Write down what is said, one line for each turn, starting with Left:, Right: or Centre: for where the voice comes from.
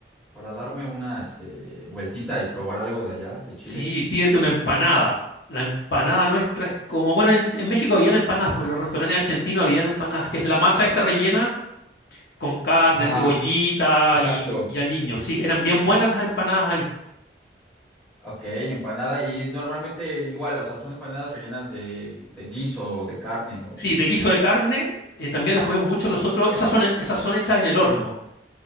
Centre: para darme una, este, vueltita y probar algo de allá, de Chile.
Left: Sí, pídete una empanada. La empanada nuestra es como, bueno, en, en México habían empanadas, por los restaurantes argentinos habían empanadas, que es la masa esta rellena con carne,
Centre: Ajá,
Left: cebollita
Centre: exacto.
Left: y, y aliño. Sí, eran bien buenas las empanadas ahí.
Centre: Ok, empanada. Y normalmente igual, o sea, son empanadas rellenas de, de guiso, de carne. O...
Left: Sí, de guiso de carne, eh, también las comemos mucho nosotros. Esas son, esas son hechas en el horno.